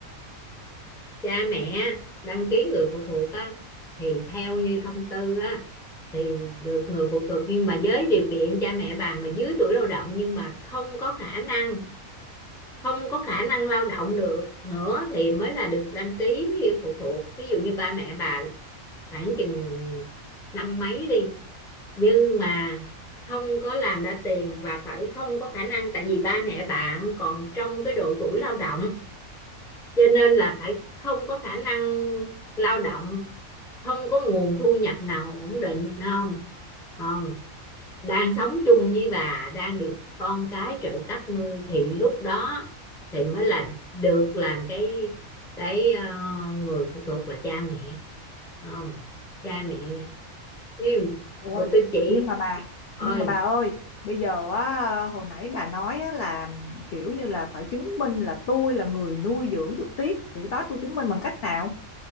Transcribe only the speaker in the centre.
cha mẹ đăng ký người phụ thuộc á thì theo như thông tư á thì được người phụ thuộc nhưng mà với điều kiện cha mẹ bà mà dưới tuổi lao động nhưng mà không có khả năng không có khả năng lao động được nữa thì mới là được đăng ký phụ thuộc ví dụ như ba mẹ bà khoảng chừng năm mấy đi nhưng mà không có làm ra tiền và phải không có khả năng tại vì ba mẹ bạn còn trong cái độ tuổi lao động cho nên là phải không có khả năng lao động không có nguồn thu nhập nào ổn định không không đang sống chung với bà đang được con cái trợ cấp nuôi thì lúc đó thì mới là được làm cái cái ờ, người phụ thuộc là cha mẹ không cha mẹ yêu
tôi chỉ
ơi